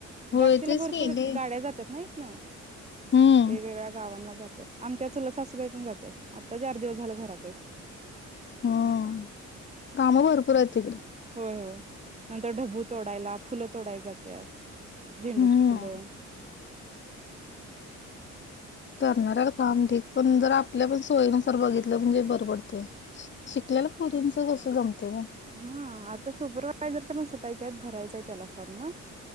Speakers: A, on the right; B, on the left.
A: द्रक्षेला
B: होय तेच
A: भरपूर
B: केले
A: गाड्या जात्यात नई. ना.
B: हम्म
A: वेगवेगळ्या गावांना जात आमच्या चुलत सासूबाई पण जात्यात. आत्ता चार दिवस झालं घरात हाइत.
B: हम्म कामं भरपूर आहेत तिकडं.
A: होय होय नंतर ढबू तोडायला, फुलं तोडाय जात्यात. झेंडूची
B: हम्म
A: फुलं.
B: करणाऱ्याला काम ढीग. पण जर आपल्या पण सोयीनुसार बघितलं म्हणजे बर पडतंय. ते. शिकलेलं पोरींच कसं जमते का?
A: हा आता सुपरवायझरच्या पण सुटायच्या आहेत, भरायचय त्याला फॉर्म.